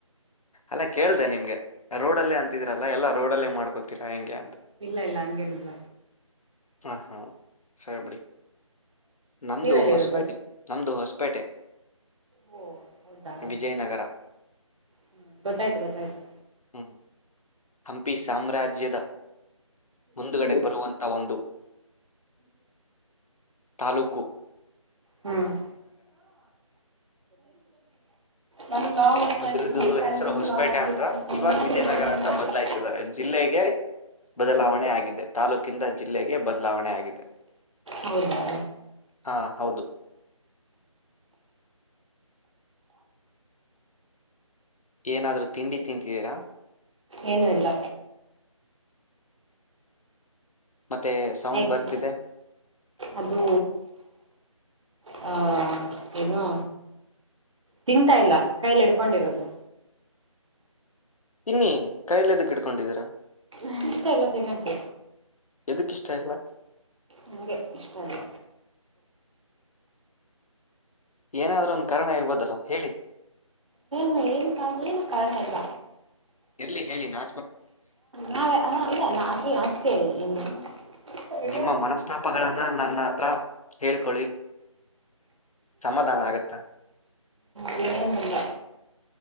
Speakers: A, on the left; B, on the right.
A: ಅಲ್ಲ ಕೇಳ್ದ ನಿಮ್ಗೆ? ರೋಡಲ್ಲೇ ಅಂತಿದ್ರಲ್ಲ ಎಲ್ಲಾ ರೋಡಲ್ಲೇ ಮಾಡ್ಕೊತೀರಾ ಹೆಂಗೆ ಅಂತ.
B: ಇಲ್ಲ ಇಲ್ಲ ಹಂಗೇನ ಇಲ್ಲ.
A: ಹಾ ಹಾ ಸರಿಬಡಿ ನಮ್ದು
B: ನೀವೆಲ್ಲ
A: ಹೊಸಪೈಟ್
B: ಇರೋದು
A: ನಮ್ದು ಹೊಸ್ಪ ಹೊಸಪೇಟೆ
B: ಓ ಹೌದಾ
A: ವಿಜಯನಗರ
B: ಹ್ಮ್ ಗೊತ್ತಾಯ್ತು.. ಗೊತ್ತಾಯ್ತು...
A: ಹ್ಮ್ ಹಂಪಿ ಸ ಸಾಮ್ರಾಜ್ಯದ... ಮುಂದುಗಡೆ ಬರುವಂಥ... ಒಂದು ತಾಲ್ಲೂಕು
B: ಹ್ಮ್... ನಾನು ಲಾವ್ ಓದ್ತಾ
A: ಅದ್ರದ್ದು
B: ಇದ್ದೀನಿ
A: ಹೆಸರು
B: ಅಲ್ಲಿ ಬಂದು
A: ಹೊಸಪೇಟೆ
B: ಲಾವ್ ಹಾಕಿರ್ತೀನಿ.
A: ಅಂತ. ಇವಾಗ ವಿಜಯನಗರ ಅಂತ ಬದ್ಲಾಯ್ಸಿದ್ದಾರೆ ಜಿಲ್ಲೆಗೆ. ಬದಲಾವಣೆ ಆಗಿದೆ, ತಾಲೂಕಿಂದ ಜಿಲ್ಲೆಗೆ ಬದಲಾವಣೆ ಆಗಿದೆ
B: ಹೌದಾ....
A: ಹಾ ಹೌದು ಏನಾದ್ರೂ ತಿಂಡಿ ತಿಂತಿದ್ದೀರಾ???
B: ಏನು ಇಲ್ಲ.
A: ಮತ್ತೆ ಸೌಂಡ್
B: ಏ ಕೆ
A: ಬರ್ತಿದೆ
B: ಅದು.... ಹ ಏನು ತಿಂತಾ ಇಲ್ಲ ಕೈಲಿ ಇಡ್ಕೊಂಡಿರೋದು
A: ಇನ್ನಿ ಕೈಲೆ ಎದ್ದಕ್ ಇಡ್ಕೊಂಡಿದ್ದೀರಾ
B: ಹ ಇಷ್ಟ ಎಲ್ಲ ತಿನ್ನೋಕ್ಕೆ
A: ಅದಕ್ಕ ಇಷ್ಟ ಇಲ್ಲ
B: ನನಗೆ ಇಷ್ಟ ಅಲ್ಲ
A: ಏನಾದ್ರೂೊಂದು ಕಾರಣ ಇರ್ಬೋದಲ್ಲ ಹೇಳಿ
B: ನ ಏನು ಕನ ಕಡಿಣ ಇಲ್ಲ
A: ಲ್ಲಿ ಹೇಳಿ ನಾು
B: ನಾರೆ ಅ ಇ ದ ಅಷ್ಟ ನಷ್ಟಕೇ ಇ
A: ನಿಮ್ಮ ಮನಸ್ತಾಪಗಳನ್ನ ನನ್ನ ಹತ್ರ ಹೇಳ್ಕೊಳ್ಳಿ ಸಮಾಧಾನ ಆಗತ್ತ
B: ಮೇನಲ್ಲ